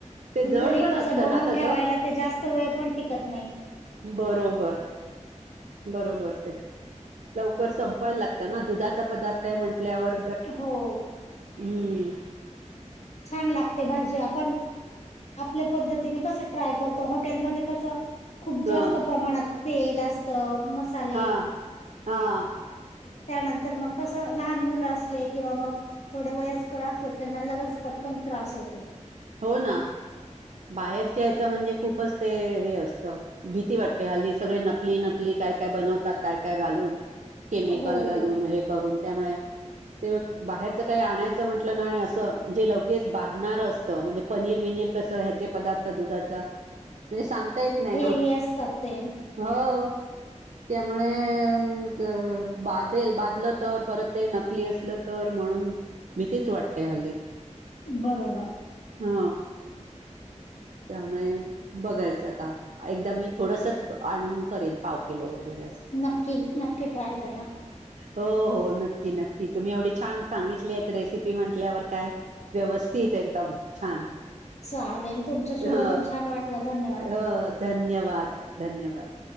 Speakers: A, on the right (about 70°); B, on the left (about 60°).
A: ते जड
B: घरी
A: पण
B: कसं
A: असतं
B: बनून
A: ना तसं
B: ठेवायला, ते जास्त वेळ पण टिकत नाही.
A: बरोबर. बरोबर ते लवकर संपवायला लागतं ना, दुधाचा पदार्थ आहे म्हटल्यावर.
B: हो.
A: हं.
B: छान लागते भाज्या आपण आपल्या पद्धतीने कस ट्राय करतो, हॉटेलमध्ये कस खूप जास्त
A: हां
B: प्रमाणात तेल असत, मसाले.
A: हां हां
B: त्यानंतर मग कसं लहान मुलं असले किंवा मग थोडे वयस्कर असल त्यांना लगेच पटकन त्रास होतो.
A: हो ना, बाहेरच्या यायच म्हणजे, खूपच ते हे असतं, भीती वाट हल्ली सगळी नकली नकली, काय काय बनवात, काय काय घालून केमिकल
B: हो
A: घालून. करून त्यामुळे ते बग, बाहेरच काही आणायचं म्हंटलं ना आणि असं जे लगेच बांधणारच. म्हणजे, पनीर विनीर कसं ह्याचे पदार्थ दुधाचा म्हणजे सांगता येत नाही
B: हेवी
A: ना,
B: असतात ते
A: हो. त्यामुळे बाधेल, बाधलं तर परत ते नकली असलं तर म्हणून भितेचं वाटतं हल्ली.
B: बरोबर.
A: हा त्यामुळे बघायचं आता. एकदा मी थोडसं आणून करेलं पाव किलो वगैरे असं.
B: नक्की नक्की ट्राय करा.
A: हो हो नक्की - नक्की तुम्ही एवढी छान सांगितली आहेत रेसिपी, म्हटल्यावर काय? व्यवस्थित एकदम छान.
B: चालेल तुमच्याशी
A: ह
B: बोलून छान वाटलं धन्यवाद.
A: हो धन्यवाद, धन्यवाद,